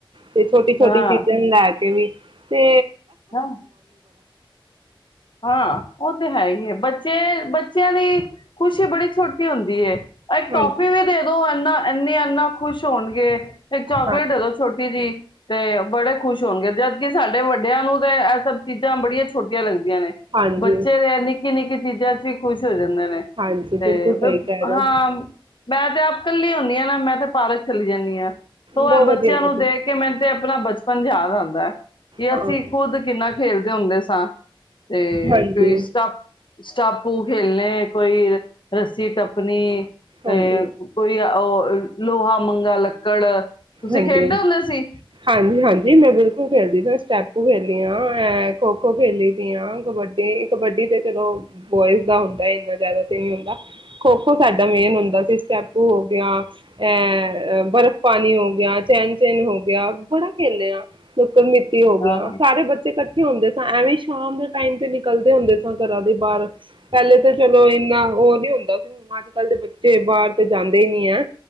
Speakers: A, on the right; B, on the left.
A: ਤੇ ਛੋਟੀ- ਛੋਟੀ
B: ਹਾਂ
A: ਚੀਜ਼ਾਂ ਨੂੰ ਲੈ ਕੇ। ਐਵੀਂ <inaudible> ਤੇ।
B: ਹਾਂ, ਹਾਂ ਉਹ ਤੇ ਹੈ ਹੀ ਹੈ। ਬੱਚੇ ਬੱਚਿਆਂ ਦੀ ਖ਼ੁਸ਼ੀ ਬੜੀ ਛੋਟੀ ਹੁੰਦੀ ਐ। ਇੱਕ
A: ਹਾਂਜੀ।
B: ਟੋਫੀ ਵੀ ਦੇ ਦੋ ਇੰਨਾ ਇੰਨੇ ਇੰਨਾ ਖੁਸ਼ ਹੋਣਗੇ। ਇੱਕ ਚੌਕਲੇਟ
A: ਹਾਂ,
B: ਦੇ ਦੋ ਛੋਟੀ ਜੀ। ਤੇ ਬੜੇ ਖੁਸ਼ ਹੋਣਗੇ ਜਦਕਿ ਸਾਡੇ ਵੱਡਿਆਂ ਨੂੰ ਤੇ ਇਹ ਸਭ ਚੀਜ਼ਾਂ ਬੜੀਆਂ ਛੋਟੀਆਂ ਲਗਦੀਆਂ। ਲਗਦੀਆਂ ਨੇ
A: ਹਾਂਜੀ,
B: ਬੱਚੇ ਦੇ ਨਿੱਕੀ- ਨਿੱਕੀ ਚੀਜ਼ਾਂ ਸੀ ਕੁ ਖੁਸ਼ ਹੋ ਜਾਂਦੇ ਨੇ
A: ਹਾਂਜੀ ਬਿਲਕੁਲ
B: ਤੇ
A: ਸਹੀ
B: ਫਿਰ
A: ਕਹਿ ਰਹੇ ਹੋ
B: ਹਾਂ ਮੈਂ ਤੇ ਆਪ ਕੱਲੀ ਹੁਨੀ ਮੈਂ ਤਾਂ ਪਾਰਕ ਚਲੀ ਜਾਂਦੀ ਆਂ। ਉਹ
A: ਬਹੁਤ
B: ਐ ਬੱਚਿਆਂ
A: ਵਧੀਆ ਗੱਲ
B: ਨੂੰ ਦੇਖ
A: ਹੈ
B: ਕੇ ਮੈਨੂੰ ਤੇ ਆਪਣਾ ਬਚ ਪੰਜਾਹ ਦਾ ਆ ਦਾ ਕਿ
A: ਹਾਂ,
B: ਅਸੀਂ ਖੁਦ ਕਿੰਨਾ ਖੇਲਦੇ ਹੁੰਦੇ ਸਾਂ ਤੇ
A: ਹਾਂਜੀ,
B: ਕੋਈ ਸਟਾਪ ਸਟਾਪੂ ਖੇਲ ਨੇ ਕੋਈ ਰੱਸੀ ਟੱਪਣੀ
A: ਹਾਂਜੀ,
B: ਤੇ ਕੋਈ ਉਹ ਲੋਹਾ ਮੰਗਾ ਲੱਕੜ ਤੁਸੀਂ
A: ਹਾਂਜੀ,
B: ਖੇਡਦੇ ਹੁੰਦੇ ਸੀ
A: ਹਾਂਜੀ ਹਾਂਜੀ ਮੈਂ ਬਿਲਕੁਲ ਖੇਲਦੀ ਸਟੈਪ ਖੇਲੀ ਆ ਐ ਖੋ ਖੋ ਖੇਲੀ ਦੀ ਆ ਕਬੱਡੀ ਕਬੱਡੀ ਤੇ ਚਲੋ ਬੋਇਜ਼ ਦਾ ਹੁੰਦਾ ਇੰਨਾ ਜ਼ਿਆਦਾ ਤੇ ਨੀ ਹੁੰਦਾ ਖੋ ਖੋ ਸਾਡਾ ਮੇਨ ਹੁੰਦਾ ਸੀ ਸਟੈਪੂ ਹੋ ਗਿਆ ਅ ਬਰਫ਼ ਪਾਣੀ ਹੋ ਗਿਆ। ਗਿਆ ਚੈਨ ਚੈਨ ਹੋ ਗਿਆ ਬੜਾ ਖੇਲਦੇ ਆ। ਹੋ ਗਿਆ
B: ਹਾਂ
A: ਸਾਰੇ ਬੱਚੇੱ ਇੱ ਹੁੰਦੇ ਸ ਐਵੇਂ ਸ਼ਾਮ ਦੇ ਟਾਈਮ ਤੇ ਨਿਕਲਦੇ ਹੁੰਦੇ ਸਾਂ ਘਰਾਂ ਦੇ ਬਾਹਰ ਪਹਿਲੇ ਤੇ ਚਲੋ ਇਨਾ ਉਹ ਨੀ ਹੁੰਦਾ ਸੀ ਹੁਣ ਅੱਜ ਕੱਲ ਦੇ ਬੱਚੇ ਬਾਹਰ ਤੇ ਜਾਂਦੇ ਹੀ ਨੀ ਆ।